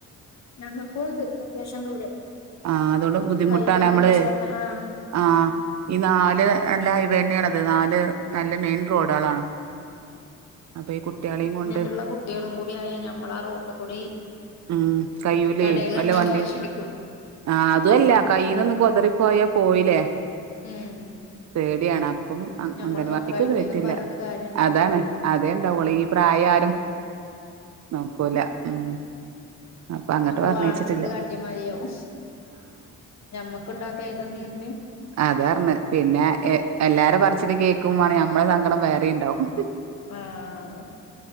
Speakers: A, on the left (about 60°); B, on the right (about 60°).
A: ഞങ്ങക്കു ഒണ്ട് അത്യാവശ്യം ദൂരം.
B: ആഹ് അതുകൊണ്ട് ബുദ്ധിമുട്ടാണ്
A: ഹൈവേ
B: അമ്മള്,
A: മുറിച്ചേർന്ന ആ
B: ആഹ് ഈ നാല് നല്ല ഇവന്നെയാണത് നാല് നല്ല മെയിൻ റോഡുകളാണ്. അപ്പ ഈ കുട്ടികളെയും കൊൺ
A: ട്ടള്ള കുട്ടികളും കൂടി ആയാ ഞമ്മള് ആ റോട്ട് കൂടി
B: ഉം കയ്യൂലേ
A: കടകൾ
B: വല്ല
A: കണ്ടാ
B: വണ്ടിയും
A: വാശിടിക്കും
B: ആ അതുവല്ല കൈയിന്നൊന്ന് കൊതറി പോയാ പോയില്ലേ.
A: ഉം
B: പേടിയാണ് അ പ്പം അ
A: ഞമ്മള്
B: അങ്കൻ
A: നോക്കായിട്ട്ന്നും
B: വാടിക്ക് കേട്ടില്ല
A: പറഞ്ഞിട്ട് കാര്യം ഉണ്ടാവൂല
B: അതാണ് അതേ ഉണ്ടാവുള്ളൂ
A: ഉം
B: ഈ പ്രായാ നോക്കൂല ഉം അപ്പൊ അങ്ങട്ട്
A: നമ്മള്
B: പറഞ്ഞയച്ചിട്ടില്ല
A: വേണം എന്ന് വെച്ചിട്ട് കാട്ടിയ മാതിരിയാവും, ഞമ്മക്ക് ഉണ്ടാക്കാം <unintelligible>
B: അതാർന്ന് പിന്നെ എ എല്ലാരെ പറിച്ചിലും കേക്കുംമാണ് ഞമ്മളെ സങ്കടം വേറെ ഇണ്ടാവും.
A: ആഹ്